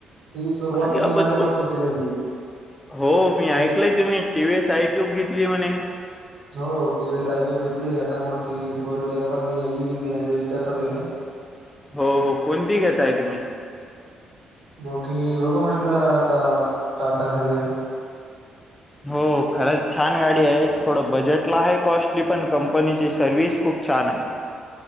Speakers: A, on the right (about 60°); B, on the left (about 15°).
A: ही सुरुवात
B: आनी
A: मी
B: आपण
A: माझ्यापासून
B: तो
A: केलेली
B: हो मी ऐकलय
A: त्याची
B: तुम्ही T V S iQube घेतली म्हणे.
A: हो T V S iQube घेतली आता मोठी फोर व्हीलर पण ई व्ही च घेण्याचा विचार चालू आहे.
B: हो हो कोणती घेताय तुम्ही?
A: मोठी बघू म्हटलं आता टाटा हरियार.
B: हो खरंच छान गाडी आहे थोडं बजेटला आहे कॉस्टली पण कंपनीची सर्विस खूप छान आहे.